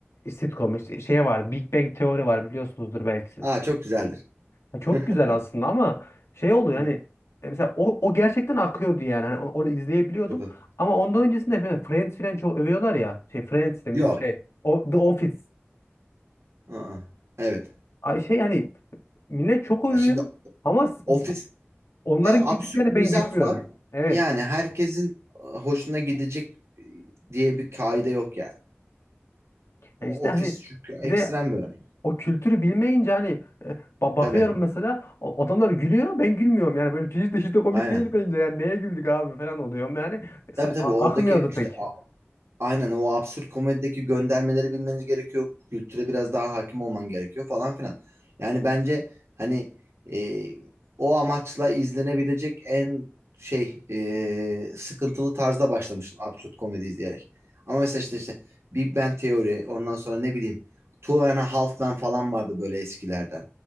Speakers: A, on the left; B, on the right.
A: sitcom işte şey var Big Bang Teori var biliyorsunuzdur belki siz.
B: Aa çok güzeldir.
A: Ya çok
B: <laughs>
A: güzel aslında ama şey oldu yani
B: Evet,
A: e, mesela o, o gerçekten akıyordu yani hani o- onu izleyebiliyordum
B: Çok haklı.
A: ama ondan öncesinde hep böyle Friends falan çok övüyorlar ya şey Friends demişim
B: Yok.
A: şey o, The Office
B: Aa, evet.
A: Ay şey yani millet çok övüyor
B: Ya şimdi
A: ama s-
B: ofiste
A: onların
B: absürt
A: güldüklerine ben
B: mizah
A: gülmüyorum
B: var.
A: evet
B: Yani herkesin hoşuna gidecek diye bir kaide yok yani.
A: yani
B: Ofis
A: işte hani
B: çünkü ekstrem
A: bir de
B: bir örnek.
A: o kültürü bilmeyince hani e, ba- bakıyorum
B: Tabii.
A: mesela o- adamlar gülüyor ben gülmüyorum yani böyle hiç de hiç de komik
B: Aynen.
A: değil bence yani neye güldük abi falan oluyorum yani e, Sa-
B: Tabii tabii
A: a-
B: oradaki
A: akmıyordu
B: işte
A: pek.
B: Aynen o absürt komedideki göndermeleri bilmeniz gerekiyor. Kültüre biraz daha hakim olman gerekiyor falan filan. Yani bence hani e, o amaçla izlenebilecek en şey e, sıkıntılı tarzda başlamıştım absürt komedi izleyerek. Ama mesela işte, işte Big Bang Theory ondan sonra ne bileyim Two and a Half Men falan vardı böyle eskilerden.